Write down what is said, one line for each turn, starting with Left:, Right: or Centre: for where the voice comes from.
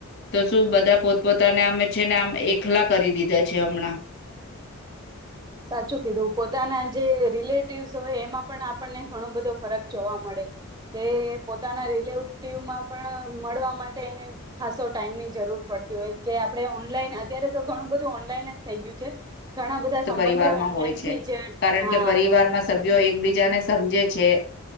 Left: તો શું બધા પોતપોતાને અમે છે ને આમ એકલા કરી દીધા છે હમણાં.
Right: સાચું કીધું પોતાના જે રિલેટિવસ હોય એમાં પણ આપણને ઘણો બધો ફરક જોવા મળે કે પોતાના રિલેટિવમાં પણ મળવા માટે એને ખાસો ટાઈમની જરૂર પડતી હોય કે આપણે ઓનલાઈન અત્યારે તો ઘણું બધું ઓનલાઈન જ થઈ ગયું છે ઘણા બધા
Left: તો
Right: સંબંધો
Left: પરિવારમાં
Right: ઓનલાઈનથી
Left: હોય છે
Right: જ
Left: કારણ
Right: હા
Left: કે પરિવારમાં સભ્યો એકબીજાને સમજે. છે